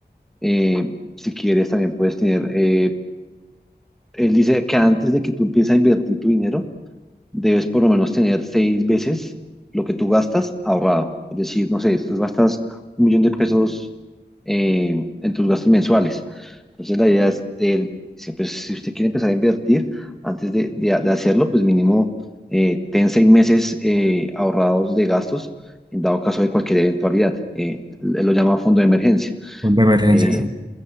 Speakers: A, in the centre; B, on the right.
A: eh, si quieres, también puedes tener, eh, él dice que antes de que tú empieces a invertir tu dinero, debes por lo menos tener seis veces lo que tú gastas ahorrado. Es decir, no sé, tú gastas un millón de pesos eh, en tus gastos mensuales. Entonces, la idea es de él, dice, pues, si usted quiere empezar a invertir, antes de, de- de hacerlo, pues mínimo eh, ten seis meses eh, ahorrados de gastos en dado caso de cualquier eventualidad. Eh, él lo llama fondo de emergencia.
B: Fondo de emergencia.
A: Eh,
B: Sí,